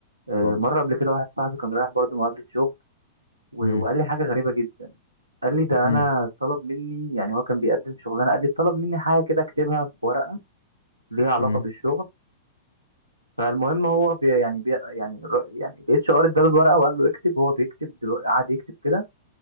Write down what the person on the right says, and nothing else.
آه،
مرة قبل كده واحد صاحبي كان رايح برضو مقابلة شغل و-
وقال لي حاجة غريبة جدا قال لي ده
انا طلب مني يعني هو كان بيقدم شغلانه قال لي طلب مني حاجه كده اكتبها في ورقه ليه علاقه
بالشغل فالمهم هو بي يعني بي يعني الر- يعني الاتش ار اداله الورقه وقال له اكتب هو بيكتب دلوقتي قعد يكتب كده